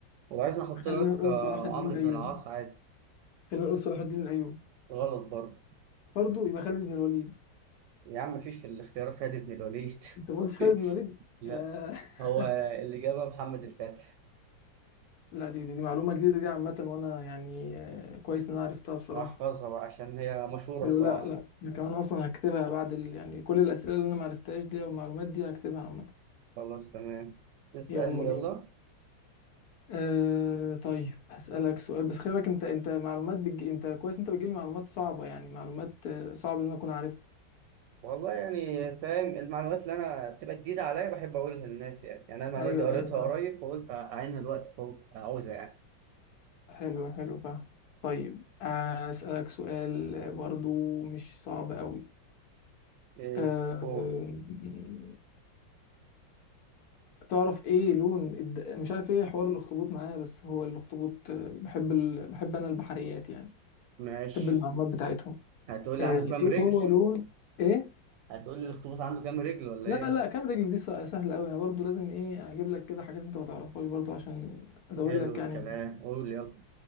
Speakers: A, on the right (about 75°); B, on the left (about 60°).
A: وعايز نحط
B: خلينا
A: لك
B: نقول
A: آه،
B: صلاح الدين
A: عمرو بن
B: الأيوبي
A: العاص عادي
B: خلينا نقول صلاح الدين الأيوبي
A: غلط برضه
B: برضه يبقى خالد بن الوليد
A: يا عم مفيش في الاختيارات خالد بن الوليد
B: انت ما قلتش خالد
A: <laughs>
B: بن الوليد
A: لا
B: يا-
A: هو
B: <laughs>
A: الإجابة محمد الفاتح
B: لا دي, دي, دي معلومه جديده دي عامه وانا يعني آه، كويس ان انا عرفتها بصراحه
A: أحفظها بقى عشان هي مشهورة
B: حلو
A: الصراحة
B: لا لا انا كمان اصلا هكتبها بعد ال... يعني كل الاسئله اللي انا ما عرفتهاش دي والمعلومات دي هكتبها عامه
A: خلاص تمام اسألني
B: يلا
A: يلا
B: بينا أه طيب هسألك سؤال بس خلي بالك انت انت معلومات بتج... انت كويس انت بتجيب لي معلومات صعبه يعني معلومات آه، صعب ان انا اكون عارفها
A: والله يعني فاهم المعلومات اللي أنا بتبقى جديدة عليا بحب أقولها للناس يعني يعني أنا المعلومات
B: ايوه
A: دي قريتها
B: ايوه فاهم
A: قريب فقلت أعينها دلوقتي فوق عاوزها يعني
B: حلو حلو فاهم طيب آه، هسألك سؤال برضو مش صعب قوي
A: إيه
B: أه
A: أوه
B: تعرف ايه لون الد... مش عارف ايه حوار الاخطبوط معايا بس هو الاخطبوط آه، بحب ال... بحب انا البحريات يعني
A: ماشي
B: بحب المعلومات بتاعتهم
A: هتقول لي
B: آه،
A: عنده كام
B: ايه
A: رجل؟
B: هو لون ايه
A: <laughs> هتقول لي الأخطبوط عنده كام رجل ولا
B: لا
A: إيه؟
B: لا كام رجل دي س- سهله قوي انا برضو لازم ايه اجيب لك كده حاجات انت ما تعرفهاش برضو عشان ازود
A: حلو
B: لك يعني
A: الكلام
B: معلومة.
A: قول يلا